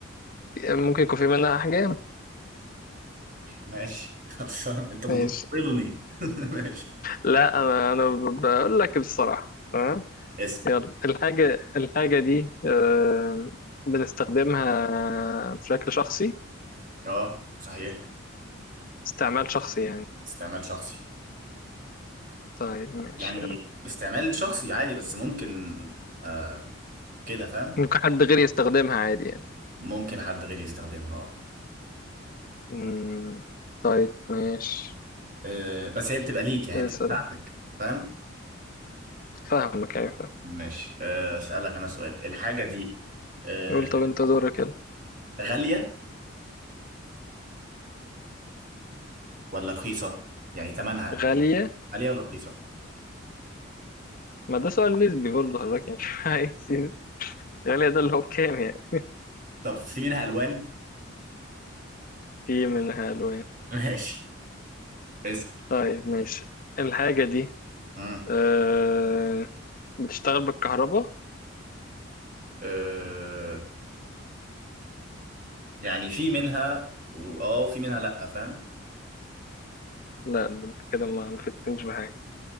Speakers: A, on the left (about 45°); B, on the right (about 45°).
A: ممكن يكون في منها أحجام
B: ماشي <laughs> خلاص انت بتبطلني
A: ماشي
B: <laughs> ماشي
A: لا أنا أنا بقول لك بصراحة تمام
B: اسال
A: يلا الحاجة الحاجة دي آه، بنستخدمها بشكل شخصي
B: اه صحيح
A: استعمال شخصي يعني
B: استعمال شخصي
A: طيب ماشي
B: يعني
A: يلا
B: استعمال شخصي عادي بس ممكن آه كده فاهم
A: ممكن حد غيري يستخدمها عادي يعني
B: ممكن حد غيري يستخدمها اه
A: مم، طيب ماشي
B: آه، بس هي بتبقى ليك يعني
A: اسأل
B: هي بتبقى بتاعتك فاهم
A: فاهمك أيوة فاهم
B: ماشي آه، اسالك انا سؤال الحاجه دي آه،
A: قول طب أنت دورك يلا
B: غاليه ولا رخيصه يعني ثمنها
A: غالية
B: غاليه ولا رخيصه
A: ما ده سؤال نسبي برضه حضرتك يعني <laughs> عايز غالية ده اللي هو بكام يعني
B: طب في منها الوان
A: في منها ألوان
B: <laughs> ماشي اسال
A: طيب ماشي الحاجة دي
B: مم.
A: أه... بتشتغل بالكهرباء؟
B: آه، <clears throat> يعني في منها و- اه وفي منها لا فاهم
A: لا ده انت كده ما ما فتنتش بحاجة